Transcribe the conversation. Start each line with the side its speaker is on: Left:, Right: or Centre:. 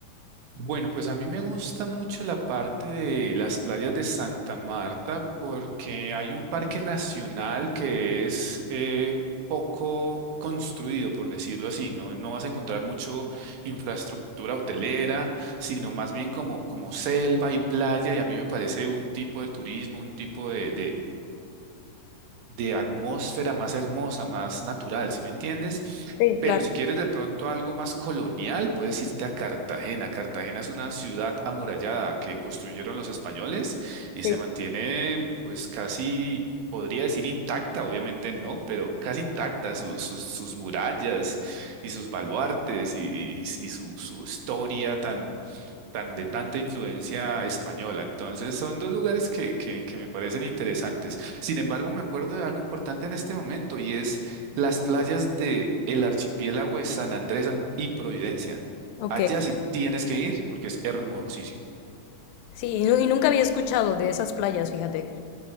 Right: Bueno, pues a mí me gusta mucho la parte de las playas de Santa Marta porque hay un parque nacional que es eh, poco construido, por decirlo así. No, no vas a encontrar mucho infraestructura hotelera, sino más bien como, como selva y playa. Y a mí me parece un tipo de turismo, un tipo de, de atmósfera más hermosa, más natural, ¿si me entiendes?
Left: Sí,
Right: Pero
Left: claro,
Right: si quieres de pronto algo más colonial, puedes irte a Cartagena. Cartagena es una ciudad amurallada que construyeron los españoles y
Left: sí,
Right: se mantiene pues casi, podría decir intacta, obviamente no, pero casi intacta su- sus sus murallas y sus baluartes y, y- y su, su historia tan de tanta influencia española. Entonces, son dos lugares que, que, que me parecen interesantes. Sin embargo, me acuerdo de algo importante en este momento y es las playas de el archipiélago de San Andrés am- y Providencia.
Left: Ok.
Right: Allá sí tienes que ir porque es hermosísimo.
Left: Sí, y, nu- y nunca había escuchado de esas playas, fíjate.